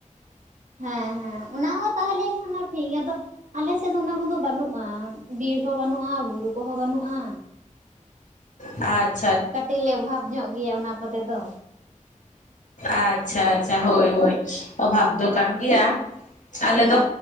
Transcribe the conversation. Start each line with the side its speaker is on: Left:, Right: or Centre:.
Right: ᱦᱮᱸ ᱦᱮᱸ ᱚᱱᱟ ᱦᱚᱸ ᱛᱟᱦᱚᱞᱮ ᱴᱷᱤᱠ ᱜᱮᱭᱟ ᱟᱫᱚ ᱟᱞᱮᱥᱮᱫ ᱫᱚ ᱚᱱᱟ ᱠᱚᱫᱚ ᱵᱟᱹᱱᱩᱜᱼᱟ ᱵᱤᱨ ᱦᱚᱸ ᱵᱟᱹᱱᱩᱜᱼᱟ ᱵᱩᱨᱩ ᱠᱚᱦᱚᱸ ᱵᱟᱹᱱᱩᱜᱼᱟ
Left: ᱟᱪᱪᱷᱟ <unintelligible>
Right: ᱠᱟᱹᱴᱤᱡ ᱞᱮ ᱚᱵᱷᱟᱵᱽ ᱧᱚᱜ ᱜᱮᱭᱟ ᱚᱱᱟ ᱠᱚᱛᱮ ᱫᱚ
Left: ᱟᱨ <unintelligible> ᱟᱪᱪᱷᱟ ᱟᱪᱪᱷᱟ ᱦᱳᱭ ᱦᱳᱭ ᱚᱵᱷᱟᱵᱽ ᱫᱚ ᱠᱟᱱ ᱜᱮᱭᱟ ᱟᱞᱮ
Right: ᱦᱮᱸ
Left: ᱫᱚ